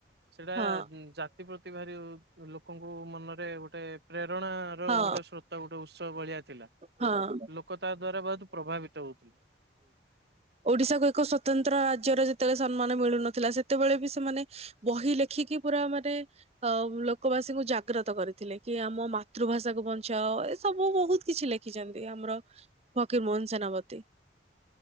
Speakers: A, on the right; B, on the right.
A: ସେଟା
B: ହଁ
A: ଜା ପ୍ରତି ଭାରି ଲୋକଙ୍କୁ ମନରେ ଗୋଟେ ପ୍ରେରଣା ର
B: ହଁ
A: ଗୋଟେ ସ୍ରୋତ ଗୋଟେ ଉତ୍ସ ଭଳିଆ ଥିଲା,
B: ହଁ।
A: ଲୋକ ତା ଦ୍ଵାରା ବହୁତ ପ୍ରଭାବିତ ହଉଥିଲେ।
B: ଓଡିଶାକୁ ଏକ ସ୍ଵତନ୍ତ୍ର ରାଜ୍ୟର ଯେତେବେଳେ ସମ୍ମାନ ମିଳୁନଥିଲା ସେତେବେଳେ ବି ସେମାନେ ବହି ଲେଖିକି ପୁରା ମାନେ ଅ ଲୋକବାସୀଙ୍କୁ ଜାଗ୍ରତ କରିଥିଲେ କି ଆମ ମାତୃଭାଷା କୁ ବଞ୍ଚାଅ ଏ ସବୁ ବହୁତ କିଛି ଲେଖିଛନ୍ତି ଆମର ଫକୀର ମୋହନ ସେନାପତି।